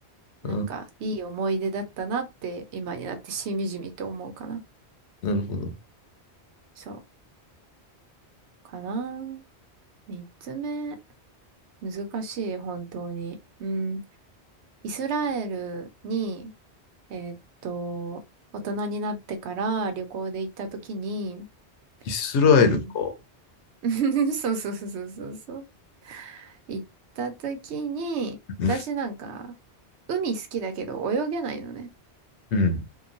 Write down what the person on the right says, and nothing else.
なんかいい思い出だったなって今になってしみじみと思うかな。
そう。かな。三つ目。難しい、本当に。うん。イスラエルに、えーっと、大人になってから旅行で行った時に、
うん。<laughs> そうそうそうそうそうそう。行った時に、
私なんか、海好きだけど泳げないのね。